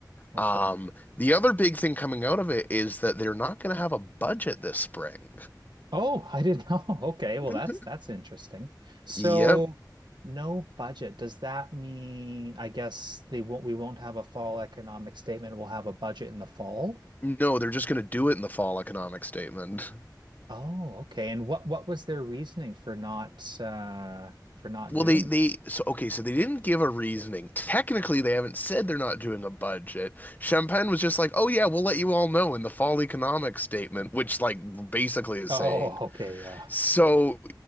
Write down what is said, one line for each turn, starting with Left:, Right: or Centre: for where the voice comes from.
Right: Okay.
Left: Um, the other big thing coming out of it is that they're not going to have a budget this spring.
Right: Oh, I didn't know. <laughs> Okay, well
Left: <laughs>
Right: that's that's interesting. So
Left: Yep.
Right: no budget. Does that mean I guess they won't we won't have a fall economic statement. We'll have a budget in the fall?
Left: No, they're just going to do it in the fall economic statement.
Right: Oh, okay. And what what was their reasoning for not uh for not
Left: Well,
Right: doing
Left: they they
Right: this?
Left: so okay, so they didn't give a reasoning. Technically, they haven't said they're not doing a budget. Champagne was just like, "Oh yeah, we'll let you all know in the fall economic statement," which like basically is
Right: Oh,
Left: saying,
Right: <laughs> okay, yeah.
Left: so